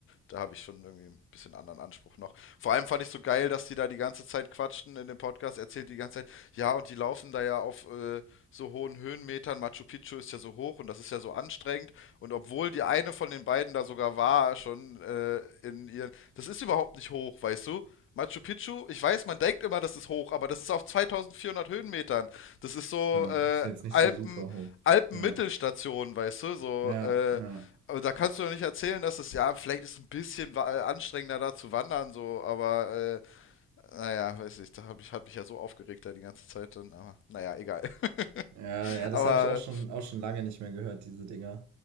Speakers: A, on the left (about 45°); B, on the right (about 70°).
A: da habe ich schon irgendwie ein bisschen anderen Anspruch noch. Vor allem fand ich so geil, dass die da die ganze Zeit quatschen in dem Podcast, erzählt die ganze Zeit, ja, und die laufen da ja auf äh, so hohen Höhenmetern, Machu Picchu ist ja so hoch und das ist ja so anstrengend. Und obwohl die eine von den beiden da sogar war, schon äh, in ihren, das ist überhaupt nicht hoch, weißt du? Machu Picchu, ich weiß, man denkt immer, das ist hoch, aber das ist auf 2400 Höhenmetern. Das ist so
B: Ja,
A: äh,
B: ist jetzt nicht
A: Alpen,
B: so super hoch.
A: Alpenmittelstation,
B: Ja,
A: weißt du, so
B: ja,
A: äh,
B: ja.
A: aber da kannst du doch nicht erzählen, dass es ja vielleicht ist ein bisschen wa- äh, anstrengender da zu wandern, so, aber äh, naja, weiß nicht, da hab ich, hat mich ja so aufgeregt da die ganze Zeit dann, aber naja, egal. <laughs>
B: Ja, ja, das
A: Aber
B: habe ich auch schon, auch schon lange nicht mehr gehört, diese Dinger.